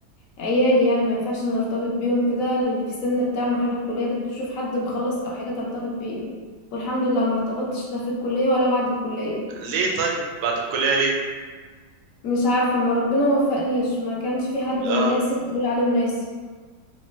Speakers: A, on the left; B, on the right.
A: عيالي يعني ما ينفعش نرتبط بيهم كده في السن بتاع المرحلة الكلية بتشوف حد مخلص أو حاجة ترتبط بيه والحمد لله ما ارتبطتش لا في الكلية ولا بعد الكلية
B: ليه طيب بعد الكليه ليه
A: مش عارفة ما ربنا وفقنيش ما كانش في حد
B: اه
A: مناسب اقول عليه مناسب